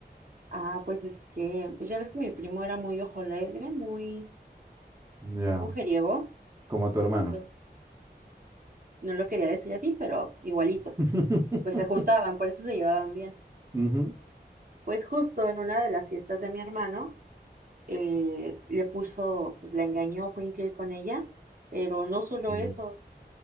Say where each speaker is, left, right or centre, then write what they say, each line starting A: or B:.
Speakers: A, on the right; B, on the right.
A: Ah, pues es que, pues ya ves que mi primo era muy ojo alegre, muy,
B: Ya,
A: muy mujeriego,
B: como a tu hermano.
A: entonces no lo quería decir así, pero igualito.
B: <laughs>
A: pues se juntaban, por eso se llevaban bien.
B: Ujú.
A: Pues justo en una de las fiestas de mi hermano, eh, le puso, pues la engañó, fue infiel con ella, pero no solo
B: Y,
A: eso,